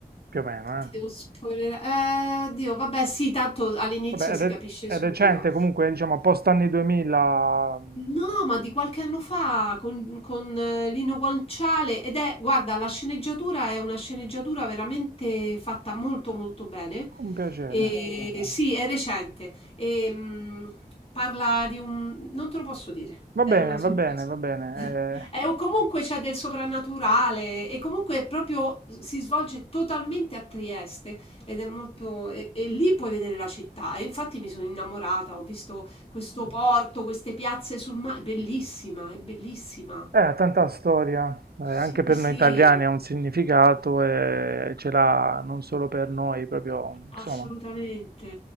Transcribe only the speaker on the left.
ti
devo spoilerare. Eh, Dio, vabbè, sì, tanto all'inizio
si
capisce
subito.
No, ma di qualche anno fa con, con, eh, Lino Guanciale ed è, guarda, la sceneggiatura è una sceneggiatura veramente fatta molto molto bene.
E, Bello. sì, è recente. E, mh, parla di un... non te lo posso dire,
è
una sorpresa.
<laughs>
È, o comunque c'è del soprannaturale e comunque è proprio si svolge totalmente a Trieste ed è molto... e e lì puoi vedere la città e infatti mi sono innamorata, ho visto questo porto, queste piazze sul mare, è bellissima, è bellissima.
Sì,
sì,
assolutamente.